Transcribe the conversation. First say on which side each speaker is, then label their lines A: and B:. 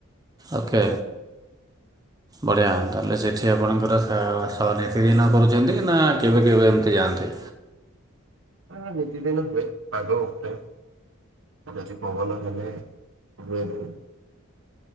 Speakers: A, on the right; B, on the right.
A: ଓକେ, ବଢ଼ିଆ ତାହେଲେ ସେଠି ଆପଣଙ୍କର ସା ସହ ନିତିଦିନ କରୁଛନ୍ତି କି ନା କେବେ କେବେ ଏମିତି ଯାଆନ୍ତି?
B: ହଁ ନିତି ଦିନ ହୁଏ ପାଗ ଉପରେ ଯଦି ପବନ ହେଲେ ହୁଏ ଭୁଲ୍।